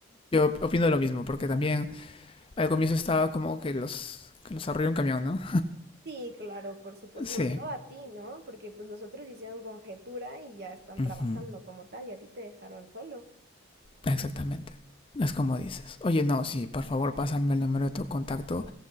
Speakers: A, on the left (about 25°); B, on the right (about 50°).
A: Yo opino lo mismo, porque también al comienzo estaba como que los, que los arrolló un camión, ¿no?
B: Sí, claro, por supuesto,
A: Sí.
B: sobre todo a ti, ¿no? Porque pues los otros hicieron conjetura y ya están
A: <clears throat>
B: trabajando
A: Ujú.
B: como tal y a ti te dejaron solo.
A: Exactamente. Es como dices. Oye, no, sí, por favor, pásame el número de tu contacto.